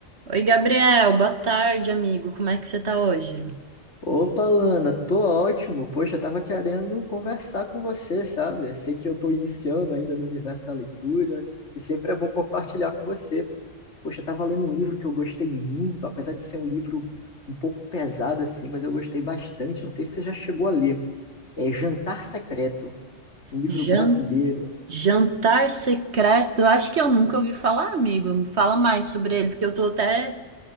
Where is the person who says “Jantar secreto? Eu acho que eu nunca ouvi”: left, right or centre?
Right